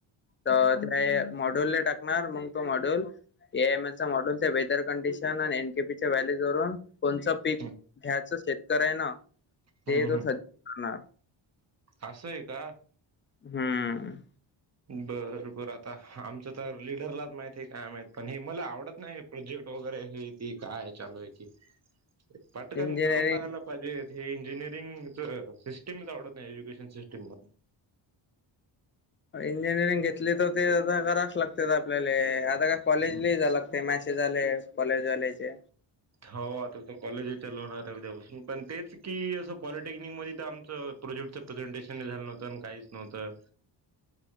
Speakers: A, on the left; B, on the right.
A: तर काय ते मॉडूल ला टाकणार मग तो मॉडूल ए आय अम अल चा मॉडेल त्या वेदर कंडिशन आणि व्हॅल्यूस वरुन कोणच पी घ्यायचं
B: हम्म
A: शेतकऱ्यान
B: हम्म
A: ते तो
B: हम्म
A: ठरविणार
B: असं हाय का?
A: हम्म..
B: बरं बरं आता आमच्या तर लीडरलाच माहित काय माहित काय मला हे आवडत नाही. प्रोजेक्ट वगैरे हे त काय चालू आहे क पटकन
A: इंजिनिअरिंग
B: करून टाकायलाय पाहिजे हे इंजिनरिंगच सिस्टीमच आवडत नाही एज्युकेशन सिस्टिम.
A: इंजिनिअरिंग घेतली तर ते आता करायलाच लागतय आपल्याला आता काय कॉलेजला
B: मला
A: जा लागते मॅथस. ते झाले कॉलेजवाल्याचे
B: हो आता तर कॉलेज लवणार आहे उद्यापासून पण तेच की असं पॉलिटेक्निक मध्ये तर आमच प्रोजेक्टचं प्रेझेंटेशन हि झालं नव्हतं आणि काहीच नव्हतं